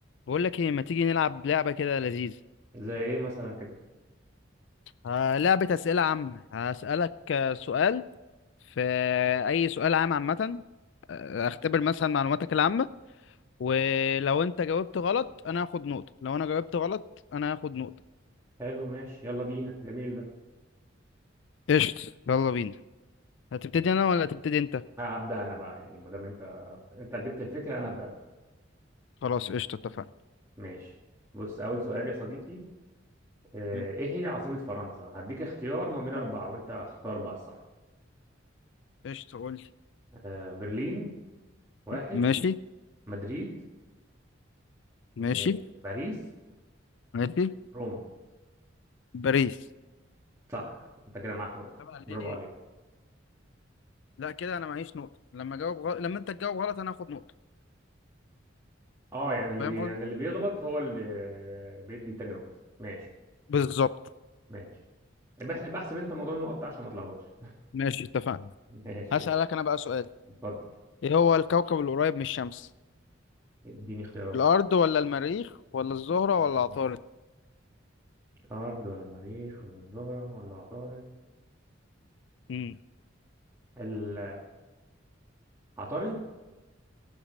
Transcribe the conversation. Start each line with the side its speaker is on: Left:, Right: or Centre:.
Left: بقول لك ايه ما تيجي نلعب لعبة كده لذيذة
Right: زي ايه مثلا كده
Left: آه لعبة أسئلة عامة هسألك آه، سؤال في أي سؤال عام عامة آه، اختبر مثلا معلوماتك العامة ولو انت جاوبت غلط انا هاخد نقطة لو انا جاوبت غلط انا هاخد نقطة
Right: حلو ماشي يلا بينا جميل ده
Left: قشطة يلا بينا هتبتدي انا ولا هتبتدي انت
Right: لا هبدأ انا بقى يعني ما دام انت انت جبت الفكرة انا هبدأ أنا.
Left: خلاص قشطة اتفقنا
Right: ماشي بص اول سؤال يا صديقي آه،
Left: مم.
Right: ايه هي عاصمة فرنسا هديك اختيار ما بين اربعة وانت اختار بقى الصح
Left: قشطة قول لي
Right: آه، برلين واحد
Left: ماشي
Right: مدريد
Left: ماشي
Right: م- باريس
Left: ماشي
Right: روما
Left: باريس
Right: صح انت كده معاك نقطة
Left: طب عليك
Right: برافو عليك
Left: لا كده انا معيش نقطة لما جاوب غلط لما انت تجاوب غلط انا هاخد نقطة
Right: اه يعني اللي
Left: فاهم
Right: بي...
Left: قصدي
Right: يعني اللي بيغلط هو اللي بيدي تاني نقطة ماشي
Left: بالظبط
Right: ماشي بح- بحسب انت موضوع النقط ده عشان ما تلخبطش
Left: ماشي اتفقنا
Right: <laughs> ماشي
Left: هسألك
Right: يلا
Left: أنا بقى سؤال
Right: اتفضل
Left: إيه هو الكوكب القريب من الشمس
Right: اديني اختيارات
Left: الأرض ولا المريخ ولا الزهرة ولا عطارد
Right: أرض ولا مريخ ولا الزهرة ولا عطارد
Left: امم
Right: ال- عطارد